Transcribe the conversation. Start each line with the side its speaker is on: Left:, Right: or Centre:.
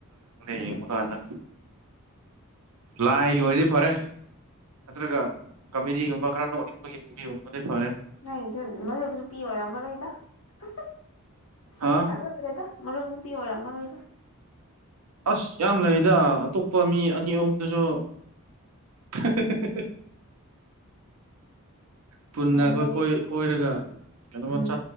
Right: <unintelligible> ꯌꯦꯡꯕ ꯀꯥꯟꯗ ꯂꯥꯏꯒꯤ ꯑꯣꯏꯔꯗꯤ ꯐꯔꯦ ꯅꯠꯇ꯭ꯔꯒ ꯀꯃꯦꯗꯤꯒꯨꯝꯕ ꯈꯔ ꯅꯣꯛꯅꯤꯡꯕꯒꯤ ꯃꯨꯚꯤꯒꯨꯝꯕꯗꯤ ꯐꯔꯦ
Left: ꯅꯪꯁꯨ ꯃꯔꯨꯞ ꯅꯨꯄꯤ ꯑꯣꯏꯔꯝꯃꯔꯣꯏꯗ <unintelligible>
Right: ꯍꯥ
Left: <unintelligible> ꯃꯔꯨꯞ ꯅꯨꯄꯤ ꯑꯣꯏꯔꯝ ꯃꯔꯣꯏꯗ
Right: ꯑꯁ ꯌꯥꯝ ꯂꯩꯗ ꯑꯇꯣꯞꯄ ꯃꯤ ꯑꯅꯤ ꯑꯍꯨꯝꯗꯨꯁꯨ <unintelligible> ꯄꯨꯟꯅ
Left: ꯌꯥꯝ
Right: ꯑꯩꯈꯣꯏ
Left: ꯂꯩ
Right: ꯀꯣꯏꯔꯒ ꯀꯩꯅꯣꯃ
Left: ꯎꯝ